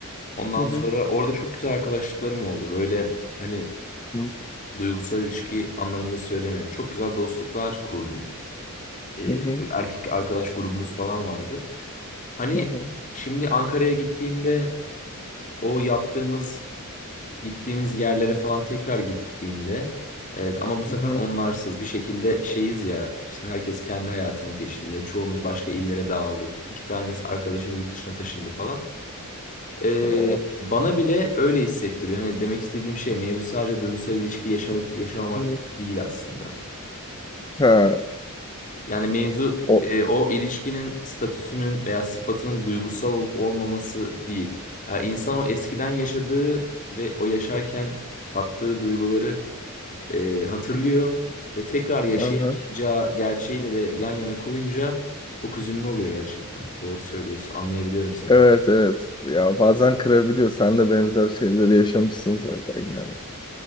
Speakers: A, on the left (about 35°); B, on the left (about 20°).
A: Ondan
B: hı
A: sonra
B: hı,
A: orada çok güzel arkadaşlıklarım oldu. Böyle hani
B: hı
A: duygusal ilişki anlamında söylemiyorum. Çok güzel dostluklar kurdum. E,
B: hı,
A: böyle erkek arkadaş grubumuz falan vardı. Hani
B: hı hı,
A: şimdi Ankara'ya gittiğimde o yaptığımız gittiğimiz yerlere falan tekrar gittiğimde evet, ama bu sefer
B: hı hı.
A: onlarsız bir şekilde şeyiz ya işte herkes kendi hayatının peşinde çoğumuz başka illere dağıldı iki tanesi arkadaşım yurt dışına taşındı falan Ee,
B: O,
A: bana bile öyle hissettiriyor hani demek istediğim şey mevzu sadece duygusal ilişki yaşayıp yaşamamak
B: hı.
A: değil aslında
B: Ha,
A: yani mevzu
B: o,
A: e, o ilişkinin statüsünün veya sıfatının duygusal olup olmaması değil yani insan o eskiden yaşadığı ve o yaşarken tattığı duyguları e, hatırlıyor ve tekrar yaşayamayacağı
B: aha.
A: gerçeğiyle de yan yana koyunca çok üzünlü oluyor gerçekten. Doğru söylüyorsun. Anlayabiliyorum seni.
B: Evet evet. Ya bazen kırabiliyor. Sen de benzer şeyleri yaşamışsın zaten yani.